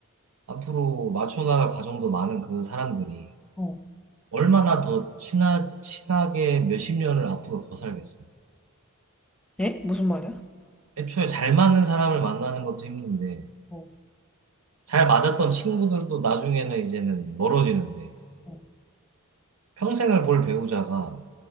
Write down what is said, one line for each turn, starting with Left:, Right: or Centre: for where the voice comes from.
Right: 앞으로 맞춰나갈 과정도 많은 그 사람들이
Centre: 어.
Right: 얼마나 더 친하, 친하게 몇십 년을 앞으로 더 살겠어.
Centre: 예? 무슨 말이야?
Right: 애초에 잘 맞는 사람을 만나는 것도 힘든데,
Centre: 어.
Right: 잘 맞았던 친구들도 나중에는 이제는 멀어지는데,
Centre: 어.
Right: 평생을 볼 배우자가